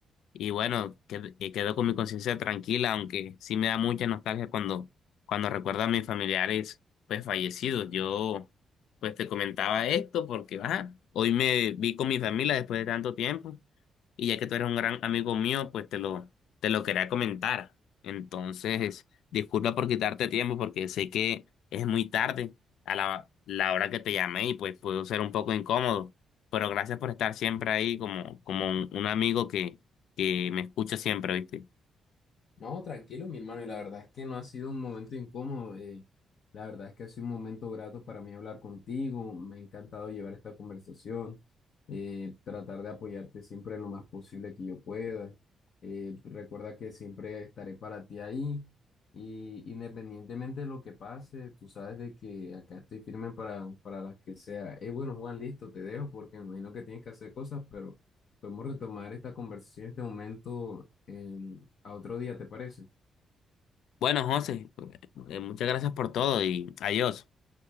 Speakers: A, on the left (about 80°); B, on the left (about 65°).
A: Y bueno, qued- eh, quedo con mi conciencia tranquila, aunque sí me da mucha nostalgia cuando, cuando recuerdo a mis familiares pues fallecidos. Yo pues te comentaba esto porque ajá, hoy me vi con mi familia después de tanto tiempo y ya que tú eres un gran amigo mío, pues te lo, te lo quería comentar. Entonces, disculpa por quitarte tiempo porque sé que es muy tarde a la, la hora que te llamé y pues puedo ser un poco incómodo, pero gracias por estar siempre ahí como, como un un amigo que que me escucha siempre, ¿viste?
B: No, tranquilo, mi hermano, y la verdad es que no ha sido un momento incómodo. eh, la verdad es que ha sido un momento grato para mí hablar contigo. Me ha encantado llevar esta conversación, eh, tratar de apoyarte siempre lo más posible que yo pueda. Eh, recuerda que siempre estaré para ti ahí y independientemente de lo que pase, tú sabes de que acá estoy firme para, para las que sea. Eh, bueno, Juan, listo, te dejo porque me imagino que tienes que hacer cosas, pero Podemos retomar esta conversación en este momento em, a otro día, ¿te parece?
A: Bueno, José, eh, muchas gracias por todo y adiós.